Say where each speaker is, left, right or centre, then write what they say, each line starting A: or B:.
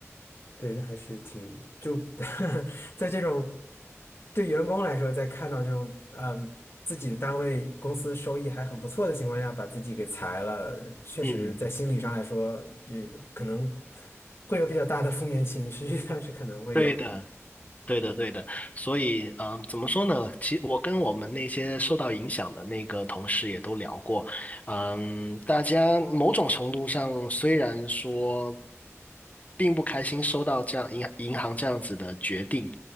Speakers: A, on the left; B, on the left.
A: 对，那还是挺就 <laughs> 在这种对员工来说，在看到这种嗯自己的单位公司收益还很不错的情况下，把自己给裁了，确实在心理上来说，
B: 嗯，
A: 也可能会有比较大的负面情绪，<laughs> 但是可能会有的。
B: 对的。对的，对的，所以，嗯，怎么说呢？其我跟我们那些受到影响的那个同事也都聊过，嗯，大家某种程度上虽然说并不开心收到这样银银行这样子的决定，